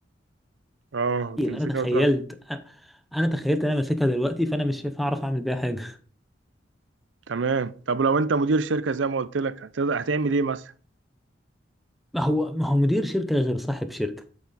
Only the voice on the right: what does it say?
اه
تمسكها
وتروح
تمام طب لو انت مدير شركه زي ما قلت لك هت- هتعمل ايه مثلا